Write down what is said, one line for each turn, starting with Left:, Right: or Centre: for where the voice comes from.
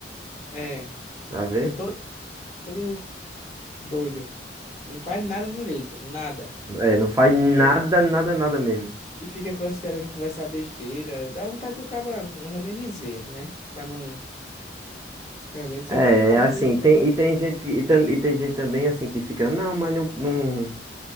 Left: É,
Right: pra ver.
Left: fica todo, todo doido. Não faz nada direito, nada.
Right: É, não faz nada,
Left: E aí,
Right: nada, nada mesmo.
Left: e fica com essa querendo conversar besteira. Dá vontade do caba, não vou nem dizer, né? Pra não. Também, se
Right: É,
Left: eu pego um caba
Right: é assim,
Left: desse no
Right: tem,
Left: meio. de-
Right: e tem gente que, e, tam, e tem gente também assim que fica, não, mas não, não,